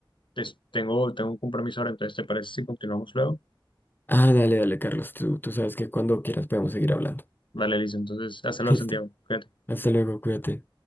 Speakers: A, on the left; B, on the left.
A: es- tengo, tengo un compromiso ahora, entonces ¿te parece si continuamos luego?
B: Ah, dale, dale, Carlos. Tú, tú sabes que cuando quieras podemos seguir hablando.
A: Vale, Liz, entonces, hazlo,
B: <laughs> Listo.
A: Santiago. Cuídate.
B: Hasta luego, cuídate.